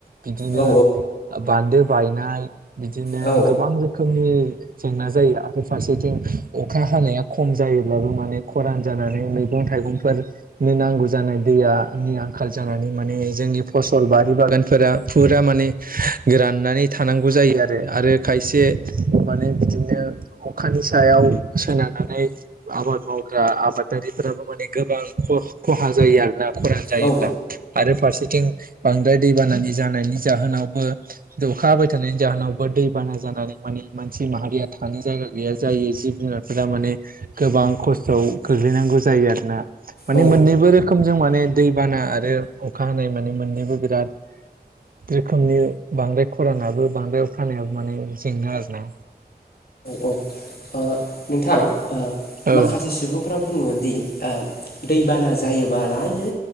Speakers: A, on the right; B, on the left.
A: बिदिनो
B: औ
A: बान्दो बायनाय बिदिनो
B: औ
A: गोबां रोखोमनि जेंना जायो आरो फारसेथिं अखा हानाया खम जायोब्लाबो माने खरान जानानै मैगं मैगं थाइगंफोरनो नांगौ जानाय दैया खमिलांओ आंखाल जानानै माने जोंनि फसल बारि बागानफोरा फुरा माने गोराननानै थानांगौ जा जायो आरो आरो खायसे माने बिदिनो अखानि सायाव सोनारनानै आबाद मावग्रा आबादारि फोराबो माने गोबां ख खहा जायो आरोना खरान जायोब्ला
B: औ
A: आरो फारसेथिं बांद्राय दैबानानि जानायनि जाहोनावबो अखा हाबाय थानायनि जाहोनावबो दैबाना जानानै माने मानसि माहारिया थानो जायगा गैया जायो जिब जुनारफोरा माने गोबां खस्थआव गोग्लैनानै नांगौ जायो आरोना माने
B: औ
A: मोननैबो रोखोमजों माने बाना आरो अखा हानाय माने मोननैबो बिराद रोखोमनि बांद्राय खरानाबो बांद्राय अखानायाबो माने जेंना आरो ना
B: औ औ नोंथां
A: औ
B: माखासे सुबुंफ्रा बुङोदि ओ दैबाना जायोबालायनो